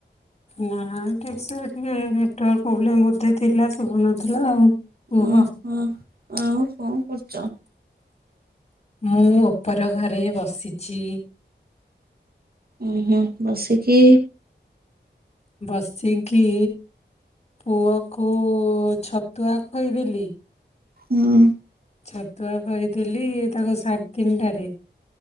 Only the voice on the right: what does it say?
ଉଁ ହଁ ଆଉ କଣ କରୁଚ?
ଉଁ ହୁଁ। ବସିକି
ହୁଁ।